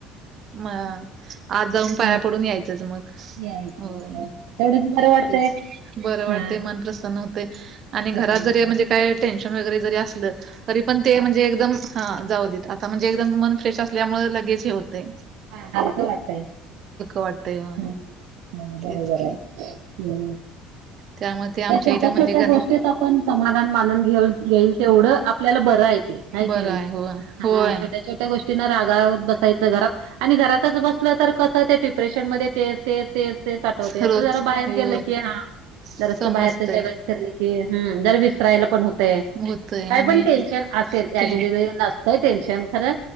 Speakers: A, on the right; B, on the right.
A: म आत जाऊन पाया
B: यायचं,
A: पडून यायचंच मग.
B: यायचं
A: होय
B: तेवढंच बरं वाटतंय.
A: तेच. बरं वाटतयं.
B: हा.
A: मन प्रसन्न होतय आणि घरात
B: प्रसन्न होतंय.
A: जरी म्हणजे -- काय टेन्शन वगैरे जरी असलं तरी पण ते
B: हा.
A: म्हणजे एकदम हं जाऊ देत. आता म्हणजे एकदम मन फ्रेश असल्यामुळे लगेच हे हुतयं.
B: हा हालक वाटतयं.
A: वाटतंय होय
B: हं. ह बरोबर
A: तेच की
B: हाय. हम्म.
A: त्यामुळे ते आमच्या
B: त्या छोट्या
A: इथे म्हणजे
B: छोट्या
A: गण
B: गोष्टीत पण समाधान मानून घेऊ घईल तेवढं आपल्याला बरं हाय. हैकि
A: बरं
B: नई.
A: आहे होय
B: हा.
A: होय
B: छोट्या छोट -- ट्या गोष्टीना रागावत बसायचं घरात आणि घरातच बसलं तर कसं त्या डिप्रेशन मध्ये तेच तेचं -- तेच तेच आठवतयं
A: रोज
B: असं जरा बाहेर
A: होय.
B: गेलं की हा.
A: समजतय
B: जरास बाहेरच्या जगात फिरलकी. हं. जर विसरायला पण होतय.
A: होतय
B: काय
A: आणि
B: पण टेन्शन -- असेल याज
A: ते
B: <unintelligible> नसतंय टेन्शन खरं